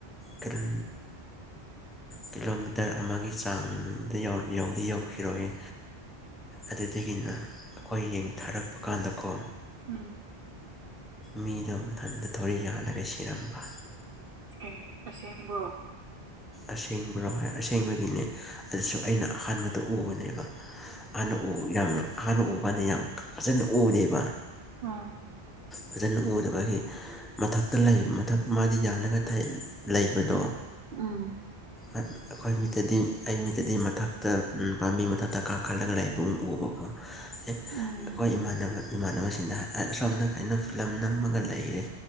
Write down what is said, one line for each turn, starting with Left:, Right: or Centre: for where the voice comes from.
Centre: ꯀ꯭ꯔ ꯀꯤꯂꯣꯃꯤꯇꯔ ꯑꯃꯒꯤ ꯆꯥꯡꯗ ꯌꯧꯗꯤ ꯌꯧꯈꯤꯔꯣꯏꯌ‌‌ꯦ
Right: ꯎꯝ
Centre: ꯑꯗꯨꯗꯒꯤꯅ ꯑꯩꯈꯣꯏ ꯌꯦꯡ ꯊꯥꯔꯛꯄ ꯀꯥꯟꯗꯀꯣ
Right: ꯎꯝ
Centre: ꯃꯤꯗꯣ ꯃꯊꯟꯗ ꯊꯧꯔꯤ ꯌꯥꯜꯂꯒ ꯁꯤꯔꯝꯕ
Right: ꯑꯦ ꯑꯁꯦꯡꯕ꯭ꯔꯣ
Centre: ꯑꯁꯦꯡꯕ꯭ꯔꯣ ꯍꯥꯏ ꯑꯁꯦꯡꯕꯒꯤꯅꯦ ꯑꯗꯨꯁꯨ ꯑꯩꯅ ꯑꯍꯥꯟꯕꯗ ꯎꯕꯅꯦꯕ ꯍꯥꯟꯅ ꯎ ꯌꯥꯝꯅ ꯑꯍꯥꯟꯕ ꯎꯕꯀꯥꯟꯗ ꯌꯥꯝ ꯐꯖꯅ ꯎꯗꯦꯕ
Right: ꯑꯝ
Centre: ꯐꯖꯅ ꯎꯗꯕꯒꯤ ꯃꯊꯛꯇ ꯂꯩꯕ ꯃꯊꯛ ꯃꯥꯗꯤ ꯌꯥꯜꯂꯒ ꯊꯥꯏ ꯂꯩꯕꯗꯣ
Right: ꯎꯝ
Centre: ꯑꯩꯈꯣꯏ ꯃꯤꯠꯇꯗꯤ ꯑꯩ ꯃꯤꯠꯇꯗꯤ ꯃꯊꯛꯇ ꯄꯥꯝꯕꯤ ꯃꯊꯛꯇ ꯀꯥꯈꯠꯂꯒ ꯂꯩꯕꯒꯨꯝ ꯎꯕꯀꯣ ꯑꯦ
Right: ꯎꯝ
Centre: ꯑꯩꯈꯣꯏ ꯏꯃꯥꯟꯅꯕ ꯏꯃꯥꯟꯅꯕꯁꯤꯡꯗ ꯑꯁꯣꯝꯗ ꯀꯩꯅꯣ ꯐꯤꯂꯝ ꯅꯝꯃꯒ ꯂꯩꯔꯦ